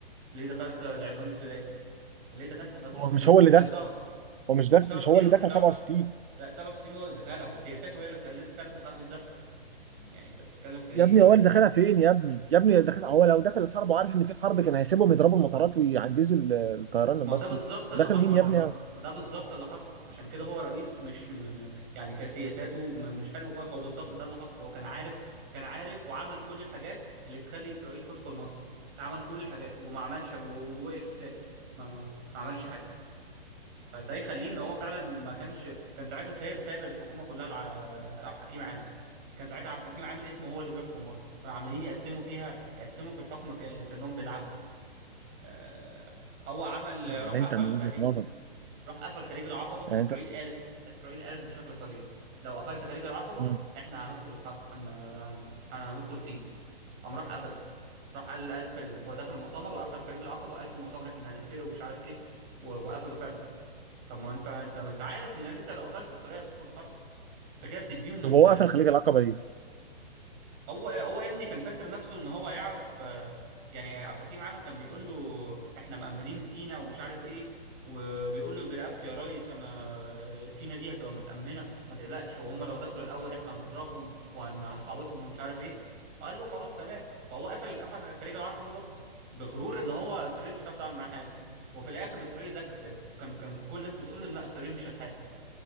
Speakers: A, on the right; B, on the right.
A: ليه دخلت العدوان الثلاثي ليه دخلت الحروب دي
B: هو
A: كلها
B: مش هو
A: وخسرتها
B: اللي دخل هو مش دخل
A: 67
B: مش هو اللي
A: و-
B: دخل
A: سبعة-
B: 67
A: لا 67 هو اللي دخلها وسياساته هي اللي خلت خلت الحرب دي تحصل يعني انت بتتكلم في ايه
B: يا ابني هو
A: آه،
B: اللي دخلها فين يا ابني يا ابني دخل هو لو دخل الحرب وعارف ان في حرب كان هيسيبهم يضربوا المطارات ويعجزوا ال- الطيران
A: ما
B: المصري
A: هو ده بالظبط اللي
B: دخل
A: حصل
B: مين
A: عشان
B: يا ابني
A: هو-
B: يعني
A: ما ده بالظبط اللي حصل عشان كده هو رئيس مش م- م- يعني كسياساته م- مش حلو خالص هو بالظبط ده اللي حصل هو كان عارف كان عارف وعمل كل الحاجات اللي تخلي اسرائيل تدخل مصر عمل كل الحاجات وما عملش ووقف ساكت ما ما عملش حاجة فده يخليه ان هو فعلا ما كانش كان ساعتها سايب سايب الحكومه كلها لع- لعبد الحكيم عامر كان ساعتها عبد الحكيم عامر اسمه هو اللي بيحكم مصر كانوا عمالين يقسموا فيها يقسموا في الحكم ك- كانهم بيلعبوا آه، هو عمل
B: يعني
A: راح
B: انت
A: قفل
B: من وجهة
A: تقريبا
B: نظر
A: راح قفل خليج العقبه
B: يعني
A: اسرائيل
B: انت
A: قالت اسرائيل قالت بشكل صريح لو قفلت خليج العقبه
B: مم.
A: احنا هندخل الحرب هن... هن... هندخل سين قام راح قفل راح قال قال في ال- في داخل المؤتمر وقفل خليج العقبه وقال في المؤتمر احنا هنقفله ومش عارف ايه و- وقفلوا فعلا طب ما انت انت ما انت عارف انك انت لو قفلت اسرائيل هتدخل حرب انت كده بتديهم
B: طب
A: ال
B: هو قفل خليج العقبة ليه؟
A: هو هو يا ابني كان فاكر نفسه ان هو يعرف آه، يعني عبد الحكيم عامر كان بيقول له احنا مأمنين سينا ومش عارف ايه وبيقول له برقبتي يا ريس انا سينا دي هتبقى متأمنة وما تقلقش وهم لو دخلوا الاول احنا هنضربهم وهنحوطهم ومش عارف ايه قال له خلاص تمام فهو قفل قفل خليج العقبة بقى بغرور ان هو اسرائيل مش هتعرف تعمل معاه حاجة وفي الاخر اسرائيل دخلت يعني كان كان كل الناس بتقول له إن لا اسرائيل مش هتحارب